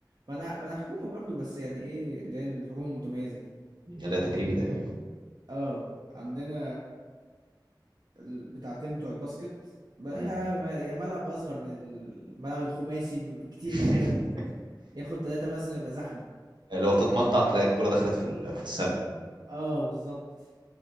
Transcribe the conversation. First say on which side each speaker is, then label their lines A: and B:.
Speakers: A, on the right (about 60°); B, on the right (about 75°).
A: ما أنا ما أنا حكومة برضو بس يعني إيه اللي هي الحكومة المتميزة دي
B: لا تجريبي تقريبا
A: اه عندنا ال- بتاعتين بتوع الباسكت بقى-
B: مم.
A: يعني ملعب اصغر من الملعب الخماسي ب- بكتير
B: <laughs>
A: جدا ياخد ثلاثة مثلا يبقى زحمة
B: لو تتمطع تلاقي الكرة دخلت في ال- في السله
A: اه بالظبط